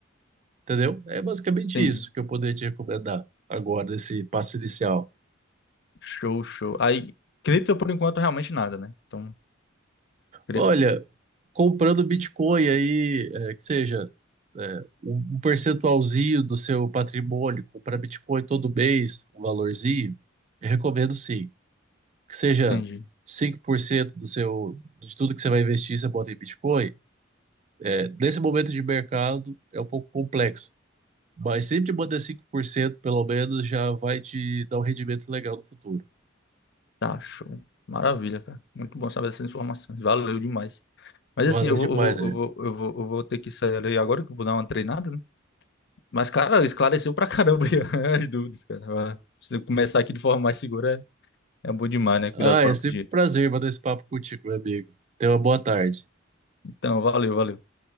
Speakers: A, on the right; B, on the left.
A: Entendeu? É basicamente
B: Entendi.
A: isso que eu poderia te recomendar agora, nesse passo inicial.
B: Show, show. Aí, cripto, por enquanto, realmente nada, né? Então, cri-
A: Olha, comprando Bitcoin aí, é, que seja, é, um um percentualzinho do seu patrimônio, comprar Bitcoin todo mês, um valorzinho, eu recomendo sim. Que seja
B: entendi.
A: 5% do seu, de tudo que você vai investir, você bota em Bitcoin. É, nesse momento de mercado é um pouco complexo, mas sempre manter 5% pelo menos já vai te dar um rendimento legal no futuro.
B: Tá, show. Maravilha, cara. Muito bom saber essas informações. Valeu demais. Mas
A: Valeu
B: assim, eu vou,
A: demais,
B: eu vou,
A: velho.
B: eu vou, eu vou, eu vou ter que sair ali agora que eu vou dar uma treinada, né? Mas, cara, esclareceu pra caramba aí <laughs> as dúvidas, cara. Ah, Se eu começar aqui de forma mais segura, é, é bom demais, né? Cuidado
A: Ah,
B: do próprio
A: é sempre
B: dinheiro.
A: um prazer bater esse papo contigo, meu amigo. Tenha uma boa tarde.
B: Então, valeu, valeu.